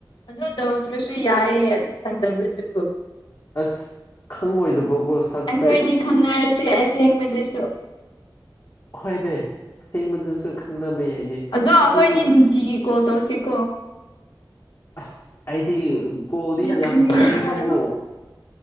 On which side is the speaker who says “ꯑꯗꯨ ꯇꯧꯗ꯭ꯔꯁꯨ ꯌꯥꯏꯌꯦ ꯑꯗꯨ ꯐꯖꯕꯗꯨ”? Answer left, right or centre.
Left